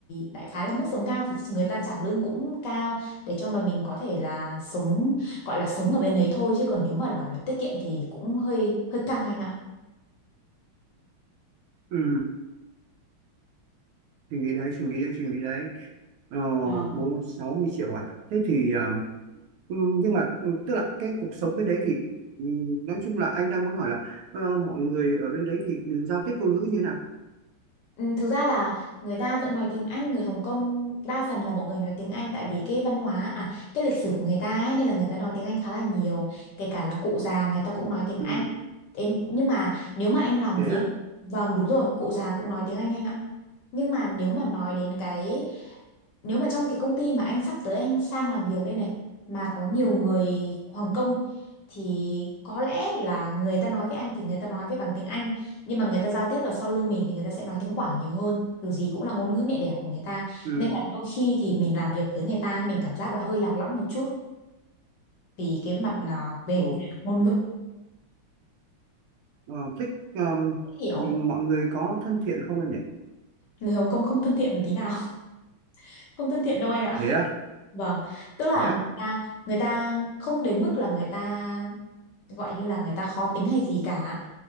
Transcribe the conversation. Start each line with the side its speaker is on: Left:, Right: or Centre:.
Left: đại khái là mức sống cao thì người ta trả lương cũng cao để cho mà mình có thể là sống gọi là sống ở bên đấy thôi chứ còn nếu mà bảo là tiết kiệm thì cũng hơi hơi căng anh
Right: Ừ, suy nghĩ đấy, suy nghĩ đấy, suy nghĩ đấy. Ờ,
Left: ạ
Right: bốn sáu mươi triệu à thế thì ờ, ừ, nhưng mà ừ, tức là cái cuộc sống bên đấy thì ừ, nói chung là anh đang muốn hỏi là ờ, mọi người ở bên đấy thì ừ, giao tiếp ngôn ngữ như thế nào
Left: Ừ, thực ra là người ta vẫn nói tiếng Anh, người Hồng Kông đa phần là mọi người nói tiếng Anh tại vì cái văn hóa à cái lịch sử của người ta ấy, nên là người ta nói tiếng Anh khá là nhiều, kể cả là cụ già người ta cũng nói tiếng
Right: ừ,
Left: Anh. Thế nhưng mà nếu mà anh làm
Right: thế
Left: việc
Right: á
Left: vâng đúng rồi, cụ già cũng nói tiếng Anh anh ạ. Nhưng mà nếu mà nói đến cái nếu mà trong cái công ty mà anh sắp tới anh sang làm việc đây này mà có nhiều người Hồng Kông thì có lẽ là người ta nói với anh thì người ta nói với bằng tiếng Anh nhưng mà người ta giao tiếp được sau lưng mình thì người ta sẽ nói tiếng Quảng nhiều hơn dù gì cũng là ngôn ngữ mẹ đẻ của người ta
Right: ừ,
Left: nên là đôi khi thì mình làm việc với người ta mình cảm giác là hơi lạc lõng một chút vì cái mặt là về
Right: ok
Left: ngôn ngữ
Right: Ờ, thích
Left: dễ hiểu
Right: ừ, mọi người có thân thiện không em nhỉ
Left: người Hồng Kông không thân thiện một tí nào <laughs> không thân thiện đâu anh ạ
Right: thế á
Left: Vâng, tức là
Right: thế á
Left: người ta người ta không đến mức là người ta gọi như là người ta khó tính hay gì cả